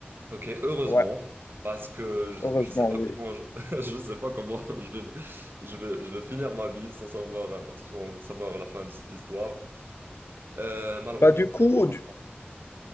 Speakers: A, on the right; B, on the left.
A: Ok, heureusement,
B: Ouais,
A: parce que je,
B: heureusement,
A: je sais pas
B: oui.
A: comment je, <laughs> je sais pas comment <laughs> je vais je vais je vais finir ma vie sans savoir euh, sans savoir la fin de cette histoire. Euh, malheureusement,
B: Bah, du
A: je
B: coup,
A: pense que ça va prendre